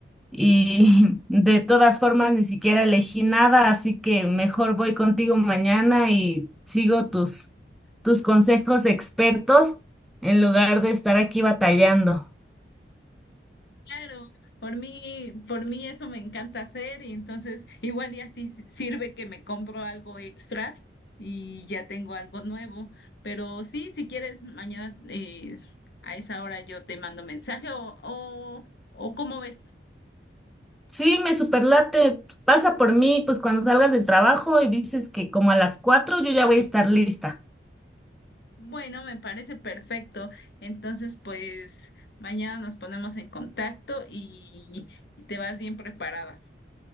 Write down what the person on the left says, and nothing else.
Claro, por mí, por mí eso me encanta hacer y entonces igual y así si- sirve que me compro algo extra y ya tengo algo nuevo. Pero sí, si quieres, mañana eh, a esa hora yo te mando mensaje o, o, o ¿cómo ves?
Bueno, me parece perfecto. Entonces, pues mañana nos ponemos en contacto y, y te vas bien preparada.